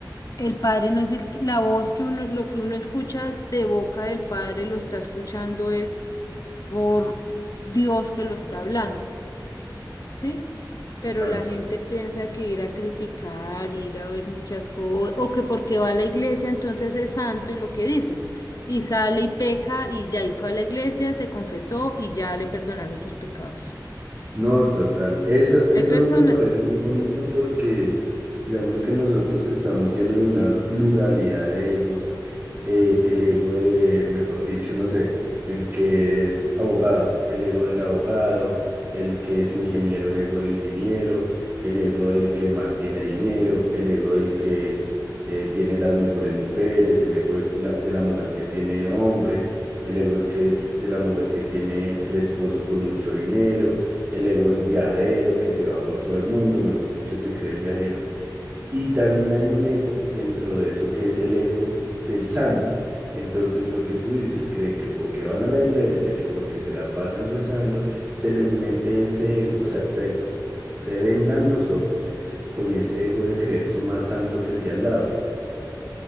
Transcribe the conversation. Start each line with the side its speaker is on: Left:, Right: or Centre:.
Left: El padre no es el, la voz que uno, lo que uno escucha de boca del padre lo está escuchando es por Dios que lo está hablando, ¿sí? Pero
Right: algo
Left: la gente piensa que ir a criticar, ir a ver muchas cosas, o que porque va a la iglesia entonces es santo y lo que dices, y sale y peca y ya y fue a la iglesia, se confesó y ya le perdonaron sus pecados.
Right: No, total. Eso, eso
Left: Hay personas.
Right: me parece muy bonito porque digamos que nosotros estamos llenos de una pluralidad de egos eh, el ego de, mejor dicho, no sé, el que es abogado, el ego del abogado, el que es ingeniero, el ego del ingeniero, el ego del que más tiene dinero, el ego del que eh, tiene las mejores mujeres, el ego del- la- de la, mujer que tiene hombres, el ego de, que, de la mujer que tiene el esposo con mucho dinero, el ego del viajero que se va por todo el mundo, mejor dicho, se cree el viajero y también hay un ego dentro de eso que es el ego del santo. Entonces lo que tú dices, cree que porque van a la iglesia, que porque se la pasan rezando, se les mete ese ego, o sea, se, se, se vendan los ojos con ese ego de creerse más santo que el de al lado.